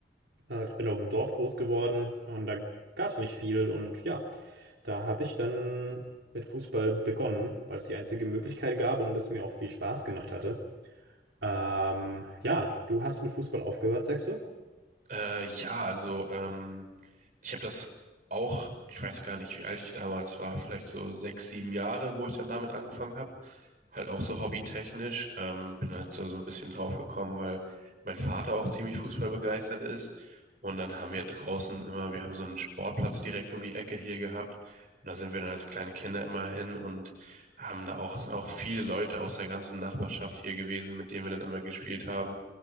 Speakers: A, on the right; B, on the right.
A: Äh, ich bin auf dem Dorf groß geworden und da gab es nicht viel. Und ja, da habe ich dann mit Fußball begonnen, weil es die einzige Möglichkeit gab und es mir auch viel Spaß gemacht hatte. Ähm, ja, du hast mit Fußball aufgehört, sagst du?
B: Äh, ja, also ähm, ich habe das auch, ich weiß gar nicht, wie alt ich damals war, vielleicht so sechs, sieben Jahre, wo ich dann damit angefangen habe. Halt auch so hobbytechnisch. Ähm, bin halt so, so ein bisschen drauf gekommen, weil mein Vater auch ziemlich fußballbegeistert ist. Und dann haben wir draußen immer, wir haben so einen Sportplatz direkt um die Ecke hier gehabt. Und da sind wir dann als kleine Kinder immer hin und haben da auch, auch viele Leute aus der ganzen Nachbarschaft hier gewesen, mit denen wir dann immer gespielt haben.